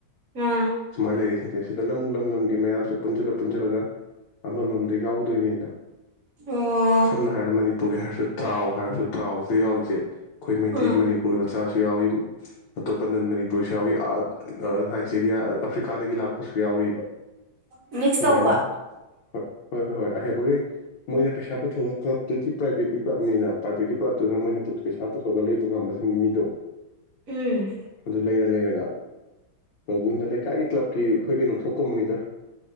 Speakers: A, on the right; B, on the left.
A: ꯑꯥ
B: ꯁꯨꯃꯥꯏꯅ ꯂꯩꯔꯤꯁꯤꯡꯁꯦ ꯁꯤꯗꯅ ꯑꯃꯨꯛ ꯂꯝ ꯂꯝꯒꯤ ꯃꯌꯥꯝꯁꯦ ꯄꯨꯟꯁꯤꯜꯂ ꯄꯨꯟꯁꯤꯜꯂꯒ ꯑꯃꯃꯝ ꯑꯗꯨ ꯌꯥꯎꯗꯣꯏꯅꯤꯅ
A: ꯑꯣ
B: ꯁꯝꯅ ꯍꯥꯏꯔ ꯃꯅꯤꯄꯨꯔꯒꯤ ꯍꯥꯏꯔꯁꯨ ꯇ꯭ꯔꯥꯎ ꯍꯥꯏꯔꯁꯨ ꯇ꯭ꯔꯥꯎꯁꯤꯗ ꯌꯥꯎꯔꯤꯁꯦ ꯑꯩꯈꯣꯏ ꯃꯩꯇꯩꯒꯤ
A: ꯑꯥ
B: ꯃꯅꯤꯄꯨꯔꯒꯤ ꯃꯆꯥꯁꯨ ꯌꯥꯎꯏ ꯑꯇꯣꯞꯄ ꯅꯟ ꯃꯅꯤ ꯄꯨꯁꯨ ꯌꯥꯎꯏ ꯑꯥ ꯑ ꯅꯥꯏꯖꯦꯔꯤꯌꯥ ꯑꯐ꯭ꯔꯤꯀꯥꯗꯒꯤ ꯂꯥꯛꯄꯁꯨ ꯌꯥꯎꯔꯤꯕ
A: ꯃꯤꯛꯁ
B: ꯁꯨꯃꯥꯏꯅ
A: ꯇꯧꯕ
B: ꯍ ꯍꯣꯏ ꯍꯣꯏ ꯍꯣꯏ ꯑꯍꯩꯕꯒꯩ ꯃꯣꯏꯅ ꯄꯩꯁꯥ ꯄꯨꯊꯑꯒ ꯀ꯭ꯂꯕꯇꯗꯤ ꯄ꯭ꯔꯥꯏꯚꯦꯠꯀꯤ ꯀ꯭ꯂꯕꯅꯤꯅ ꯄ꯭ꯔꯥꯏꯚꯦꯠꯀꯤ ꯀ꯭ꯂꯕꯇꯨꯅ ꯃꯣꯏꯅ ꯄꯩꯁꯥ ꯄꯨꯊꯣꯛꯑꯒ ꯂꯩꯕ ꯉꯝꯕꯁꯤꯡ ꯃꯤꯗꯣ
A: ꯎꯝ
B: ꯑꯗꯨ ꯂꯩꯔ ꯂꯩꯔꯒ ꯇꯧꯕꯨꯅ ꯂꯩꯀꯥꯏꯒꯤ ꯀ꯭ꯂꯕꯀꯤ ꯑꯩꯈꯣꯏ ꯀꯩꯅꯣ ꯊꯣꯛꯀꯨꯝꯕꯅꯤꯗꯥ